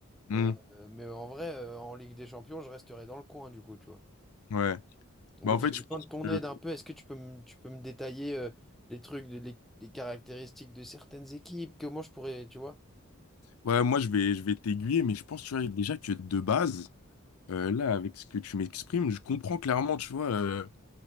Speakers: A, on the left; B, in the centre.
A: Hmm,
B: Euh, mais en vrai, euh, en Ligue des Champions, je resterai dans le coin du coup, tu vois.
A: ouais.
B: Donc
A: Bah, en fait,
B: j'ai besoin
A: je pense
B: de ton
A: que.
B: aide un peu. Est-ce que tu peux me, tu peux me détailler euh, les trucs, les, les- les caractéristiques de certaines équipes? Comment je pourrais, tu vois?
A: Ouais, moi, je vais, je vais t'aiguiller, mais je pense, tu vois, déjà que de base, euh, là, avec ce que tu m'exprimes, je comprends clairement, tu vois, euh,